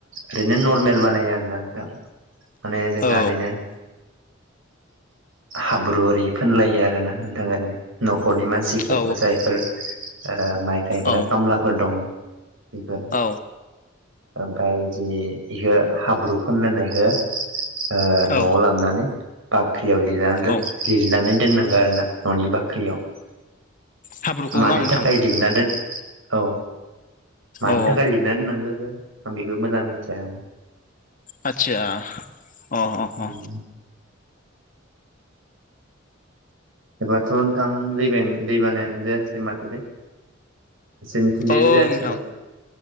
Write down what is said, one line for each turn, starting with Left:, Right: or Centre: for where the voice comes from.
Right: ओरैनो नरमेल बानायो आरो ना नोंथां माने जोंना
Left: औ
Right: ओरैनो हाब्रु ओरि फोनलायो आरोना नोंथां न'खरनि मानसि
Left: औ
Right: जायफोर ओ माइ गायग्रा
Left: औ
Right: खामलाफोर दं बेफोर
Left: औ
Right: ओमफाय इदि इखो हाब्रुफोनलायनायखो ओ न'आव
Left: औ
Right: लाबनानै बाख्रियाव लिरना
Left: औ
Right: लिरनानै दोननांगौ आरो ना न'नि बाख्रियाव।
Left: हाब्रुखौ
Right: मानि
Left: ना नोंथां
Right: थाखाय लिरना दोन औ मानि
Left: औ
Right: थाखाय
Left: औ
Right: लिरना दोननांगो आं बेखौ मोजां मिथिया
Left: आतसा अ -अ-
Right: उम
Left: अ।
Right: एबाथ' नोंथां दैबेन दै बानायानो जायासै माथोलै जेबो
Left: औ
Right: जायासैबा
Left: नोंथां